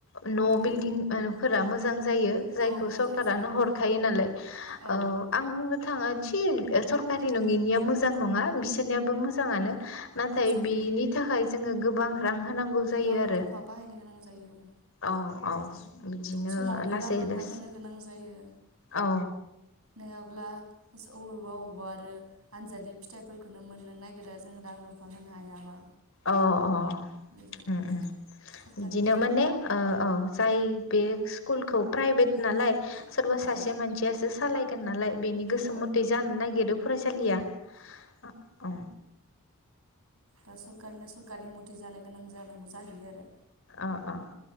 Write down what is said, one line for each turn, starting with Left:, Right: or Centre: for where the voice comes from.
Left: न'
Right: औ
Left: बिल्दिं फोरा मोजां जायो जायखौ
Right: औ मोजां
Left: सरखारानो
Right: जायो
Left: हर आं
Right: औ
Left: बुंनो थाङा जि सोरकारनि जारि नङिनिया मोजां नङा बिसोरनियाबो मोजाङानो नाथाय
Right: मोजां
Left: बिनि
Right: औ
Left: थाखाय जोङो गोबां रां होनांगौ जायो
Right: रां
Left: आरो
Right: रुफा बाहायनो गोनां जायो औ
Left: औ औ। बिदिनो
Right: समावनो
Left: लासै
Right: रां रुफा
Left: लासै
Right: होनो गोनां जायो
Left: औ
Right: नङाब्ला अबेावबा अबेबा आरो आनजादनि फिथाइफोरखौनो मोननो नागिरा जों रां रुफा होनो हायाबा
Left: अ अ
Right: बिदि जायो
Left: उम उम
Right: सरखारि
Left: बिदिनो
Right: नङि
Left: माने ओ औ जाय बे स्कुलखौ प्राइभेट नालाय सोरबा सासे
Right: औ
Left: मानसियासो सालायगोन नालाय बेनि गोसो
Right: औ
Left: मथै जानो नागिरो फरायसालिया औ
Right: दा सोरखारनिया सोरखारनि मथे जानो गोनां जानांगौ जाहैयो आरो
Left: अ अ